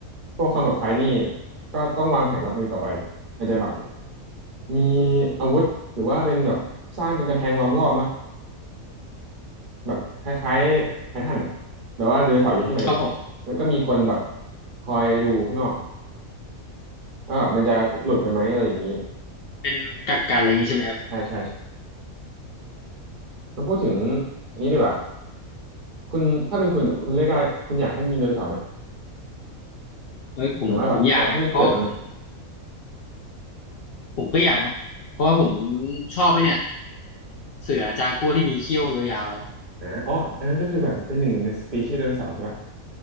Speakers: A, on the right; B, on the left.
A: พวกความปลอดภัยนี่ก็ต้องวางแผนรับมือต่อไปมันจะแบบมีอาวุธหรือว่าเป็นแบบสร้างเป็นกำแพงล้อมรอบเนาะแบบคล้ายๆไททันอะแต่ว่าเรือเสาอยู่ข้างใน
B: ครับผม
A: แล้วก็มีคนแบบคอยดูข้างนอกว่าแบบมันจะหลุดไปไหมอะไรอย่างนี้
B: เป็นกักกันอะไรอย่างงี้ใช่ไหมครับ
A: ใช่ใช่มัพูดถึงอันนี้ดีกว่าคุณถ้าเป็นคุณอะคุณเลือกได้คุณอยากให้มีไดโนเสาร์ไหม
B: เฮ้ยผมผมอยากนะเพราะว่าผม
A: หรือว่าแบบอยากให้มันเกิดมันไหม
B: ผมก็อยากนะเพราะว่าผมชอบไอ้เนี่ยเสือจากัวที่มีเขี้ยวยาวๆครับ
A: อ่าอ๋ออันนั้นก็คือแบบเป็นหนึ่งในสปีชีส์ไดโนเสาร์ใช่ปะ